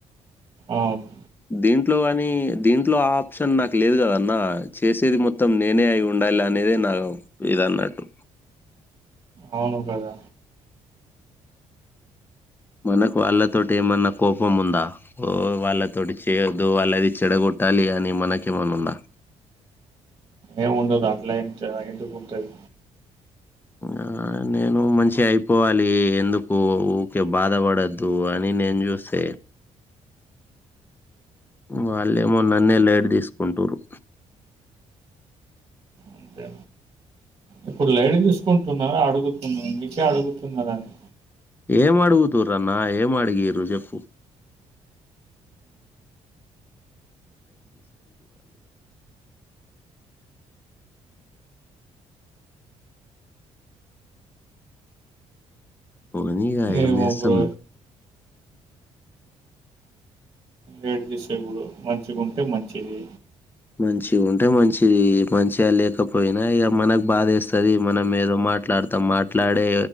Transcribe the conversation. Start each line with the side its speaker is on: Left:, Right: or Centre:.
Right: అవును
Left: దీంట్లో అనీ దీంట్లో ఆప్షన్ నాకు లేదు కదన్నా చేసేది మొత్తం నేనే అయుండాలి అనేదే నా ఇదన్నట్టు
Right: అవును కదా
Left: మనకు వాళ్ళతోటి ఏమన్నా కోపం ఉందా ఓ వాళ్ళతోటి చేయొద్దూ వాళ్ళది చెడగొట్టాలి అని మనకేమన్నా ఉందా
Right: ఏం ఉండదు అట్లా ఎంత ఎందుకుంటది
Left: ఆ నేను మంచి అయిపోవాలి ఎందుకు ఊరికే బాధపడద్దు అని నేను చూస్తే వాళ్ళేమో నన్నే లైట్ తీసుకుంటుర్రు
Right: అంతే ఇప్పుడు లైట్ తీసుకుంటున్నారా అడుగు మీకే అడుగుతున్నారని
Left: ఏం అడుగుతుర్రు అన్నా ఏం అడిగిర్రు చెప్పు పోనీ ఇక
Right: ఏమో
Left: ఏం చేస్తాం
Right: బ్రో వెయిట్ చేసేప్పుడు మంచిగా ఉంటే మంచిది
Left: మంచి ఉంటే మంచిది మంచిగా లేకపోయినా ఇక మనకు బాధేస్తది మనం ఏదో మాట్లాడతాం మాట్లాడే